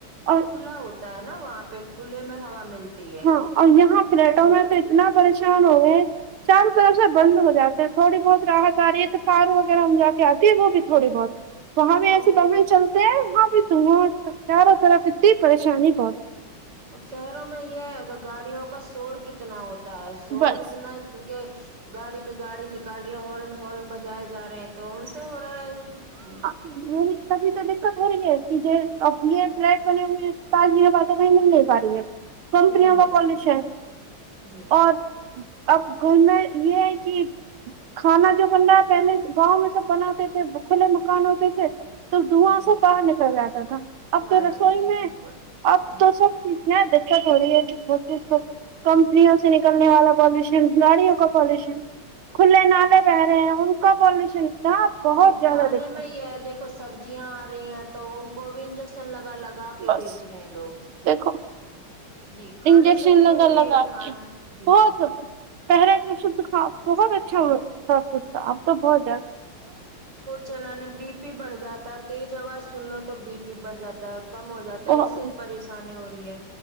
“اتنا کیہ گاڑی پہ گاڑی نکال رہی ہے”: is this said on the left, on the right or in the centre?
Right